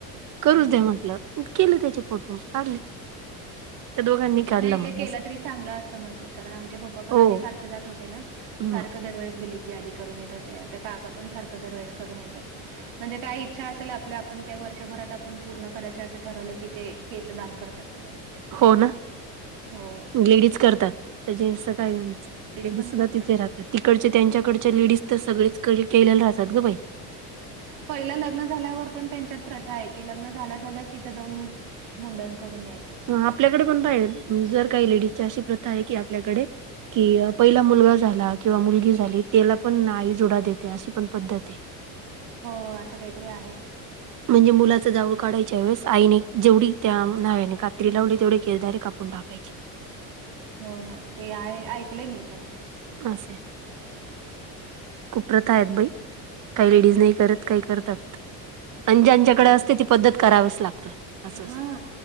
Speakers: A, on the right (about 45°); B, on the right (about 75°).
A: करूच
B: मग
A: दे
B: काय
A: म्हटलं.
B: तर.
A: मग केले त्याचे फोटो. काढले. त्या दोघांनी काढला
B: नाही
A: मग
B: ते केलं
A: असा.
B: तरी चांगलं असतं म्हणतात. कारण आमचे पप्पा पण
A: हो.
B: आधी सारखे जात होते ना.
A: हं.
B: सारखं दरवेळेस गेले की आदी करून येतं ते. आता काका पण सारखं दरवेेळेस करून येतो. म्हणजे काय इच्छा असेल आपल्या आपण त्या वर्षभरात आपण पूर्ण करायच असं ठरवलं, की ते केस दान करतात म्हणे.
A: हो ना?
B: हो.
A: लेडीज करतात तर जेंट्सच काय घेऊन बसलात? लेडीज
B: पण करतात.
A: सुद्धा तिथे राहतात. तिकडचे त्यांच्याकडच्या लेडीज तर सगळेच कडे केलेले राहतात गं बाई.
B: पहिल लग्न झाल्यावर पण त्यांच्यात प्रथा आहे, की लग्न झाल्या झाल्या तिथं जाऊन मुंडण करून यायचं.
A: हं, आपल्याकडे पण पाहिल जर काही लेडीजची अशी प्रथा आहे की आपल्याकडे कि पहिला मुलगा झाला किंवा मुलगी झाली त्याला पण आई जुडा देते. अशी पण पद्धत आहे.
B: हो, असं काहीतरी आहे.
A: म्हणजे मुलाच जावऊळ काढायच्या वेळेस आईने जेवढी त्या न्हाव्याने कात्री लावली, तेवढे केस डायरेक्ट काप पून टाकायचे.
B: हो ना, ते आहे. ऐकलंय मी पण ते.
A: असये. खूप प्रथा आहेत बाई. काही लेडीज नाही करत, काही करतात. आणि ज्यांच्याकडे
B: ते प्रत्येक
A: असते ती पद्धत करावीच लागतं असं
B: हा,
A: असतं